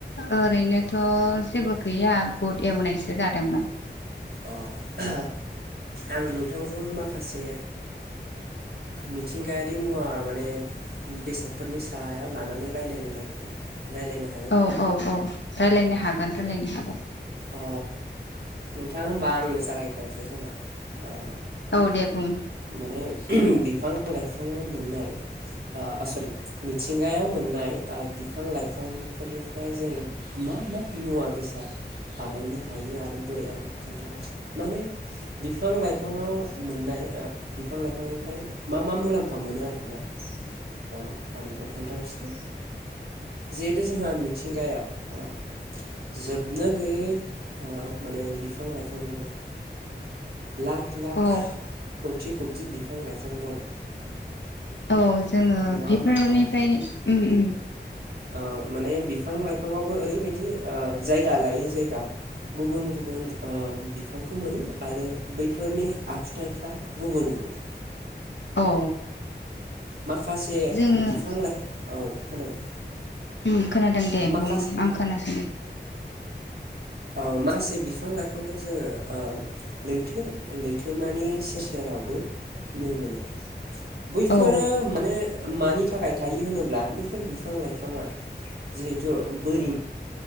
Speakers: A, on the left; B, on the right.
A: ओरैनोथ' जेबो गैया बुट एवनायसो जादोंमोन।
B: अ आं नोंथांजों माखासे मिथिंगायारि मुवा माने बेसादफोरनि सायाव लानानै रायलायनो नागिरदोंमोन रायलायनो हा
A: औ औ औ रायलायनो हागोन रायलायनो हागोन‌।
B: अ नोंथां होमबा आंनो जागायग्रोनोसै खोमा अ
A: औ दे बुं।
B: माने बिफां लाइफांङाव मोननाय अ ओ सरि मिथिंगायाव मोननाय बिफां लाइफांफोरनिफ्राय जों मा मा मुवा बेसाद बानायनो हायो आरो बै आं खोन्थाहरसै माने बिफां लाइफाङाव मोननाय ओ बिफां लाइफांनिफ्राय मा मा मुलाम्फा मोनो आरोना। औ आं बेखौ खोन्थाहरसिनो जिहेथु जोंहा मिथिंगायाव जोबनो गैयै ओ माने बिफां लाइफां दङ। लाख लाख
A: औ
B: खौथि खौथि बिफां लाइफां दं।
A: औ जोङो
B: नङा
A: बिफोरनिफ्राय
B: होमबा ओ
A: उम उम।
B: ओ माने बिफां लाइफाङावबो ओरैबायदि ओ जायगा लायै जायगा गुबुन गुबुन ओ बिफांखौ मोनो आरो बैफोरनि आखुथाइफ्रा गुबुन गुबुन।
A: औ।
B: माखासे
A: जोङो
B: बिफांलाय औ खोनादों।
A: उम खोनादों दे
B: माखासे
A: बुं आं खोनासैनो।
B: औ माखासे बिफां लाइफांखौ जोङो ओ लैथो लैथोमानि सेर सेरावबो नुनो मोनो। बैफोरो
A: औ
B: माने मानि थाखाय थायो होनोब्ला बेफोर बिफां लाइफाङा जिहेथु बोरि